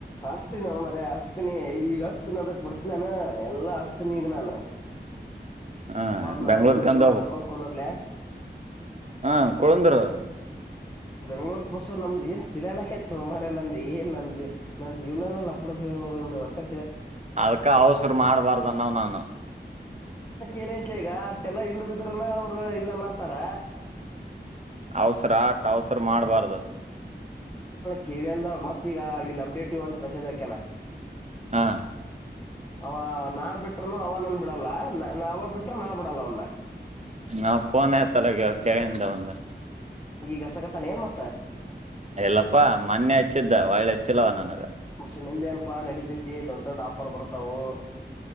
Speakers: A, on the left; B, on the right.
A: ಹಸ್ತೀ ನ ಮರ ಹಸ್ತೀನಿ ಈಗ ಹಸ್ತೀನಿ ಅದಕ್ ಬಿಡ್ತ ನಾನ ಎಲ್ಲಾ ಅಸ್ತ ನೀಗ ನಾನು
B: ಹ
A: ಪಾಪ ನ
B: ಬೆಂಗ್ಳೂರ್ಕಂದ
A: ಮೌನ್ ಜೊತಿ ಮಾತಾ ಕೊಂಡ ಕೊಂಡರ್ಲ
B: ಹಾ ಕುಳಂದರು
A: ಬೆಂಗ್ಳೂರ್ ಬಸ್ಸ ನಮ್ದು ಏ ತಿಳಿಯಲಕೇತ್ತು ಮ್ರ ನಂದ ಏನ್ ನಂದ ನ ಜೀವನಲ್ಲ ಅಪಡಸ ಒ ಹೊಟ್ಟ
B: ಅದ್ಕ ಅವಸರು ಮಾಡಬಾರ್ದನ್ನವ ನಾನ
A: ಏನೈತ್ಲ ಈಗ ಅಟ್ಟೆಲ್ಲಾ ಹಿಂದ ಬಿದ್ರನ ಅವರು ಇಲ್ಲ ನತಾರ
B: ಅವಸರ ಆಟ ಅವಸರ್ ಮಾಡ್ಬಾರ್ದು
A: ಕಿವ ಅಂದ ಮತ್ತೀ ಈಗ ಇಲ್ಲಿ ಅಪ್ಡೇಟ್ ಇ ಅಂತ ಮೆಸೇಜ್ ಹಾಕ್ಯನಾ
B: ಹಾ
A: ಅವ ನಾನ್ ಬಿಟ್ರನು ಅವ ನನ್ ಬಿಡಲ್ಲ ನಾಗ ಬಿಟ್ಟ್ರ ನಾ ಬಿಡಲ್ಲ ಅವ್ನ
B: ನಾ ಪಫೋನ್ ಆಯತಲ್ಲಗೆ ಕ <inaudible> ದ ಒಂದು
A: ಈಗ ಹಚ್ಚಕತಾನ ಏನ್ ಮತ್ತ
B: ಎಲ್ಲಪ್ಪಾ ಮೊನ್ನೆ ಹಚ್ಚಿದ್ದ ಒಳ್ಳೆ ಹಚ್ಚಿಲ್ಲವ ನನಗ
A: ಮಸು ನೀನ್ದೇನಪಾ ನಡೀತಿದ್ದಿ ದೊಡ್ ದೊಡ್ಡ ಆಫರ್ ಬರ್ತಾವು